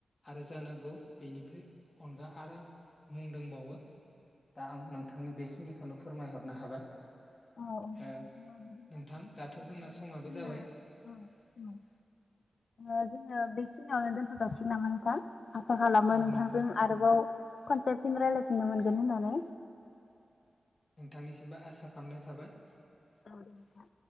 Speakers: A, on the left; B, on the left.
A: आरो जानां गौ बेनिफ्राय अनगा आरो मुं दंबावो। दा आं नोंथांनो बेखिनिखौ खौनो फोरमाय हरनो हाबाय।
B: अ बिदि
A: ओ नोंथां दाथ'
B: <inaudible>
A: जोंना समाबो जाबाय
B: ओम ओम। ओनजोङो बेखिनि यावनो दोनथ' जासिगोन नामा नोंथां? आसा खालामो
A: औ
B: नोंथांजों
A: नोंथां
B: आरोबाव खनसे फिन रायलाय नो मोनगोन होननानै।
A: नोंथांनि सिमबो आसा खालामनाय थाबाय।
B: औ दे नोंथां।